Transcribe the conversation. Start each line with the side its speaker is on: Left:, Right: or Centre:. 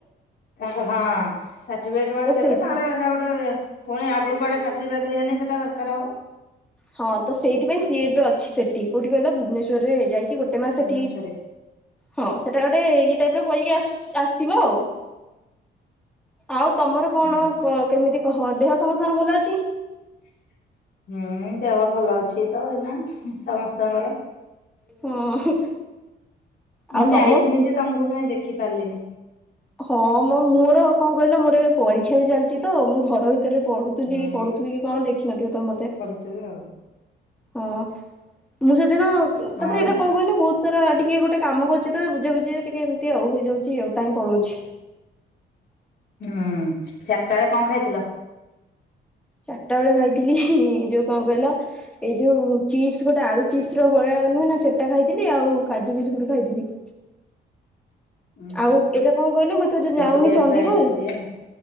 Left: ତା ହଁ ସାର୍ଟିଫିକେଟ ଭଳିଆ ଦେବେ
Centre: ସେଇଥିପାଇଁ
Left: ତା ଟା ଗୋଟେ ପୁଣି ଆଗରୁ କୁଆଡେ ଚାକିରି ବାକିରି ହେନି ସେଟା ଦରକାର ହବ।
Centre: ହଁ ତ ସେଇଥିପାଇଁ ସିଏ ଏବେ ଅଛି ସେଠି କୋଉଠି କହିଲ ଭୁବନେଶ୍ଵରରେ ଯାଇଛି ଗୋଟେ ମା ସେଠି
Left: ଭୁବନେଶ୍ଵରରେ
Centre: ହଁ ସେଟା ଗୋଟେ ଇଏ ଟାଇପ ର କରିକି ଆସିବ ଆଉ। ଆଉ ତମର
Left: ହୁଁ
Centre: କଣ କେମିତି କହ ଦେହ ସମସ୍ତଙ୍କ ଭଲ ଅଛି?
Left: ହୁଁ ଦେହ ଭଲ ଅଛି ତ ଏଇନା ସମସ୍ତଙ୍କର।
Centre: ହଁ ଆଉ
Left: ମୁଁ ଯାଇିନି
Centre: ତମ
Left: ଯେ ତମକୁ କାଇହିଁ ଦେଖି ପାରିଲିନି।
Centre: ହଁ ମ ମୋର କଣ କହିଲ ମୋର ଏବେ ପରୀକ୍ଷା ବି ଚାଲିଛି ତ ମୁଁ ଘର ଭିତ ସେରେ ପଢୁଥିଲି
Left: ହୁଁ
Centre: ପଢୁଥିବ କି କଣ ଦେଖିନଥିବ ତ ମତେ।
Left: ସେଉ
Centre: ହଁ ମୁଁ ସେଦିନ ତାପରେ
Left: ଆଉ
Centre: ଏଇଟା କଣ କହିଲ ବହୁତ ସର ଟିକେ ଗୋଟେ କାମ କରୁଛି ତ ବୁଝା ବୁଝି ଟିକେ ଏମିତି ଆଉ ହେଇଯାଉଛି ଆଉ ଟାଇମ ପଳଉଛି।
Left: ହୁଁ ଚାରିଟା ବେଳେ କଣ ଖାଇଥିଲ?
Centre: ଚାରିଟା ବେଳେ ଖାଇଥିଲି ଏ ଯୋଉ କଣ କହିଲ ଏଇ ଯୋଉ ଚିପ୍ସ ଗୋଟେ ଆଳୁ ଚିପ୍ସ ଭଳିଆ ନୁହେଁ ନା ସେଟା ଖାଇଥିଲି ଆଉ କାଜୁ ବିିଜ ଗୁଟ ଖାଇଥିଲି।
Left: ଉଁ
Centre: ଆଉ
Left: ହୁଁ
Centre: ଏଇଟା କଣ କହିଲେ ମୁ ତେ ଯଉ ଯାଉନି
Left: ଏକୁଟିଆ
Centre: ଚଣ୍ଡିଖୋଲ
Left: ପୁରା ଏକୁଟିଆ